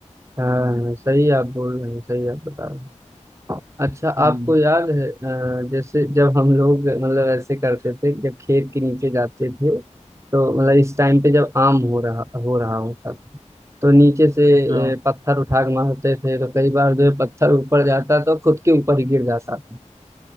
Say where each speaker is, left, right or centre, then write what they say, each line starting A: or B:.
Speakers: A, on the right (about 25°); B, on the right (about 40°).
A: हाँ
B: हम्म
A: सही आप बोल रहे हैं सही आप बता रहे हैं अच्छा
B: हम्म,
A: आपको याद है अ, जैसे जब हम लोग मतलब ऐसे करते थे जब खेत के नीचे जाते थे तो मतलब इस टाइम पे जब आम हो रहा हो रहा होता था तो नीचे से
B: हाँ
A: अ, पत्थर उठा के मारते थे तो कई बार जो है पत्थर ऊपर जाता तो खुद के ऊपर ही गिर जाता